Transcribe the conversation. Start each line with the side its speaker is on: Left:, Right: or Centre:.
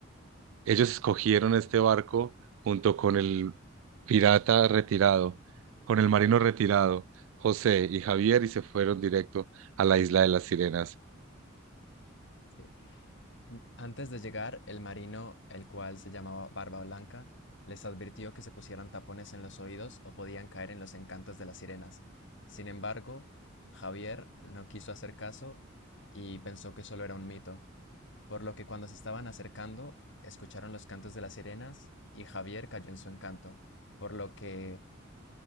Right: Ellos escogieron este barco junto con el pirata retirado, con el marino retirado, José y Javier, y se fueron directo a la isla de las Sirenas.
Left: sí, m- antes de llegar, el marino, el cual se llamaba Barba Blanca, les advirtió que se pusieran tapones en los oídos o podían caer en los encantos de las sirenas. Sin embargo, Javier no quiso hacer caso y pensó que solo era un mito. por lo que cuando se estaban acercando, escucharon los cantos de las sirenas y Javier cayó en su encanto, por lo que